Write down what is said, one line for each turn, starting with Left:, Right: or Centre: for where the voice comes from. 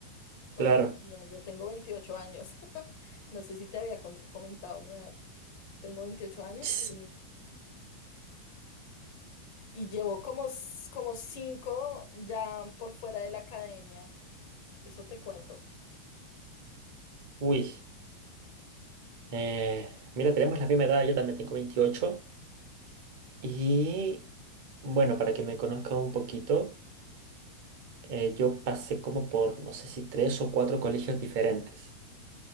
Left: Toda
Right: Claro.
Left: mi vida. Yo tengo 28 años. <laughs> No sé si te había com- comentado mi edad. Tengo 28 años
Right: Ts,
Left: y, y llevo como, s- como cinco ya por fuera de la academia. Eso te cuento.
Right: Uy. Eh, mira, tenemos la misma edad, yo también tengo veintiocho Y bueno, para que me conozca un poquito, eh, yo pasé como por, no sé si tres o cuatro colegios diferentes.